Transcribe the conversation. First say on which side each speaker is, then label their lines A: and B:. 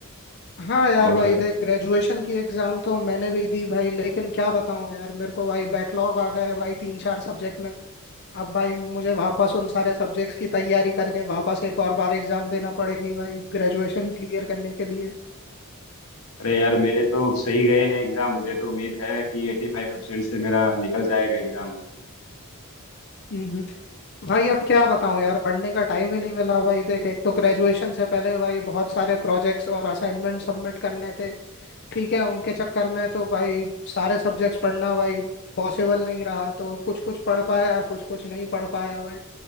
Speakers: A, on the left; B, on the left.
A: हाँ यार
B: और
A: भाई देख ग्रेजुएशन की एग्जाम तो मैंने भी दी भाई लेकिन क्या बताऊँ यार मेरे को भाई बैकलॉग आ गया है भाई तीन चार सब्जेक्ट में अब भाई मुझे वापस उन सारे सब्जेक्ट्स की तैयारी करके वापस एक और बार एग्जाम देना पड़ेगी भाई ग्रेजुएशन क्लियर करने के लिए
B: अरे यार मेरे तो सही गए हैं एग्जाम मुझे तो उम्मीद है कि एटी फाइव परसेंट से मेरा निकल जाएगा एग्जाम
A: हम्म भाई अब क्या बताऊं यार पढ़ने का टाइम ही नहीं मिला भाई देख एक तो ग्रेजुएशन से पहले भाई बहुत सारे प्रोजेक्ट्स और असाइनमेंट सबमिट करने थे ठीक है उनके चक्कर में तो भाई सारे सब्जेक्ट्स पढ़ना भाई पॉसिबल नहीं रहा तो कुछ कुछ पढ़ पाया कुछ कुछ नहीं पढ़ पाया भाई